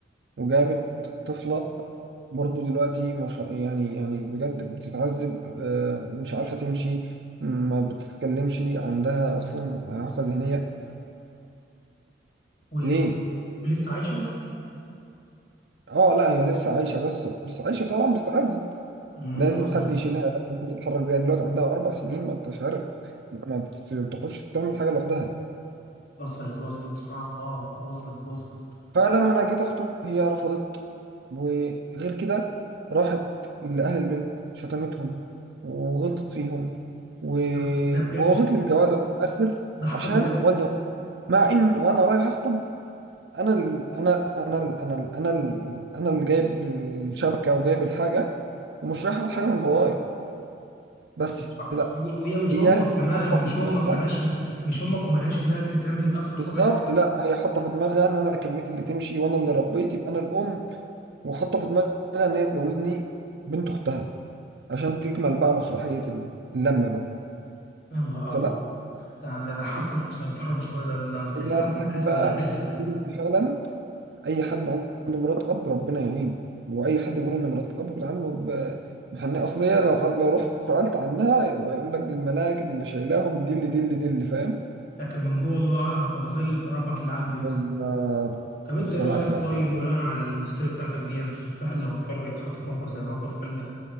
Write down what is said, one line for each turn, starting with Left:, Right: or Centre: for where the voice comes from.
Right: وجابت طفلة برضو دلوقتي مش يعني يعني بجد بتتعذب آه، مش عارفة تمشي ما بتتكلمش عندها أصلا إعاقة ذهنية
Left: و...
Right: فليه؟
Left: ولسه عايشة
Right: اه لا هي لسه عايشة بس بس عايشة طبعا بتتعذب
Left: مم،
Right: لازم
Left: وصلت
Right: حد يشيلها لازم حد يتحرك بيها دلوقتي عندها أربع سنين ما انتش عارف ما بت- بتعرفش تعمل حاجة لوحدها
Left: وصلت وصلت سبحان الله وصلت وصلت
Right: فلما انا جيت اخطب هي رفضت وغير كده راحت لاهل البنت شتمتهم وغلطت فيهم وبوظت
Left: ده ده بجد
Right: لي الجوازه من الاخر
Left: ده حصل
Right: عشان
Left: بجد
Right: والدي مع ان وانا رايح اخطب انا ال... انا انا ال... انا ال... انا ال... انا اللي جايب الشبكه وجايب الحاجه ومش رايح اخد حاجه من بابايا
Left: <laughs>
Right: بس
Left: سبحان سبحان الله وهي مش
Right: هي
Left: أمك كمان
Right: حاطه
Left: مش
Right: في دماغها
Left: أمك ملهاش مش أمك وملهاش إنها تتعمل أصلا
Right: بالظبط
Left: ربع
Right: لا هي حاطه في دماغها ان انا كلمتي اللي تمشي وانا اللي ربيت يبقى انا الام وحاطه في دماغها ان هي تجوزني بنت اختها عشان تكمل بقى مسرحيه ال- اللم بقى
Left: يا نهار أبيض
Right: فلا
Left: ده ده تحكم
Right: أنا
Left: وسيطرة مش طبيعي ده ده بتحسها
Right: ده بجد
Left: مدرسة
Right: بقى
Left: مدرسة
Right: حسيت ان فعلا اي حد عنده مرات اب ربنا يعينه واي حد بيقول ان مرات الاب بيتعاملوا ب محنية اصل هي لو حد لو رحت سالت عنها هيقول لك دي الملاك دي اللي شايلاهم دي اللي دي اللي دي اللي فاهم
Left: لكن من جوه الله اعلم التفاصيل ربك اللي عالم
Right: بالظبط
Left: بيها طب انت ايه
Right: فلا
Left: رايك
Right: لا
Left: طيب
Right: يعني
Left: بناء على الستوري بتاعتك دي يعني الواحد لو اضطر يتحط في موقف زي موقف والدك